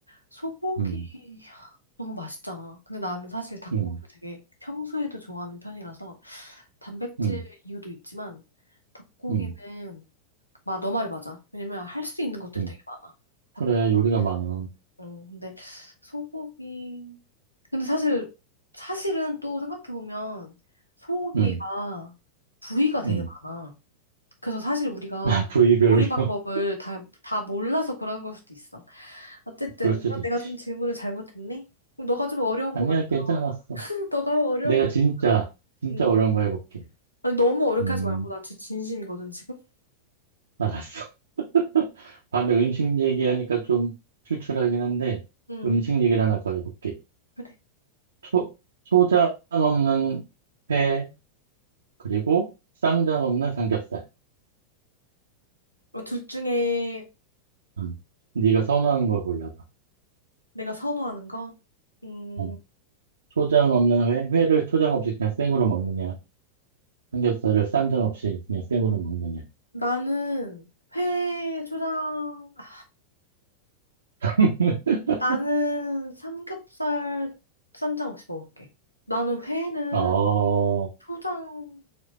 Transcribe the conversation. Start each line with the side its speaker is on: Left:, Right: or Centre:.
Left: 소고기
Right: 음,
Left: 하, 너무 맛있잖아. 근데 나는 사실 닭고기를
Right: 음,
Left: 되게 평소에도 좋아하는 편이라서 단백질
Right: 음.
Left: 이유도 있지만 닭고기는
Right: 음.
Left: 마, 너 말이 맞아. 왜냐면 할 수 있는 것들이
Right: 음.
Left: 되게 많아. 닭고기는.
Right: 그래, 요리가 많아.
Left: 어, 근데 소고기. 근데 사실 사실은 또 생각해 보면 소고기가
Right: 응,
Left: 부위가 되게
Right: 응.
Left: 많아. 그래서 사실 우리가
Right: <laughs> 부위별로.
Left: 요리 방법을
Right: <laughs>
Left: 다, 다 몰라서 그런 걸 수도 있어. 어쨌든
Right: 그럴 수도
Left: 어,
Right: 있지.
Left: 내가 좀 질문을 잘못했네. 그럼 너가 좀 어려운
Right: 아니야,
Left: 거 만들어봐.
Right: 괜찮았어.
Left: <laughs> 너가 어려운
Right: 내가
Left: 거
Right: 진짜,
Left: 만들어봐.
Right: 진짜
Left: 음.
Right: 어려운 거 해볼게.
Left: 아니, 너무 어렵게
Right: 음,
Left: 하지 말고 나 진짜 진심이거든 지금.
Right: 알았어. <laughs> 밤에 음식 얘기하니까 좀 출출하긴 한데,
Left: 음.
Right: 음식 얘기를 하나 더 해볼게.
Left: 그래.
Right: 초, 초장 없는 회, 그리고 쌈장 없는 삼겹살.
Left: 어, 둘 중에
Right: 음. 네가 선호하는 걸 골라봐.
Left: 내가 선호하는 거. 음.
Right: 음. 초장 없는 회, 회를 초장 없이 그냥 생으로 먹느냐, 삼겹살을 쌈장 없이 그냥 생으로 먹느냐.
Left: 나는 회 초장. 아,
Right: <laughs>
Left: 나는 삼겹살 쌈장 없이 먹을게. 나는 회는
Right: 어,
Left: 초장.